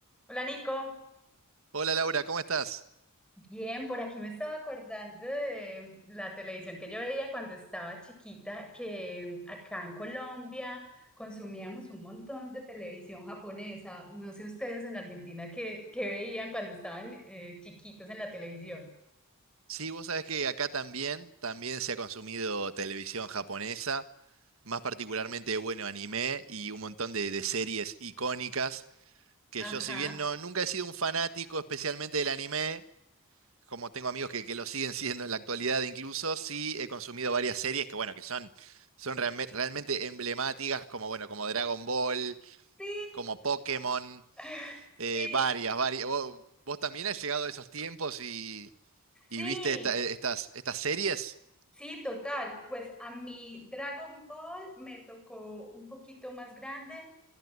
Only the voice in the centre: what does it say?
Hola Nico,
bien, por aquí me estaba acordando de la televisión que yo veía cuando estaba chiquita, que acá en Colombia consumíamos un montón de televisión japonesa. No sé ustedes en Argentina qué, qué veían cuando estaban eh, chiquitos en la televisión.
Ajá.
Sí,
<laughs>
sí,
sí,
sí, total. Pues a mí Dragon Ball me tocó un poquito más grande.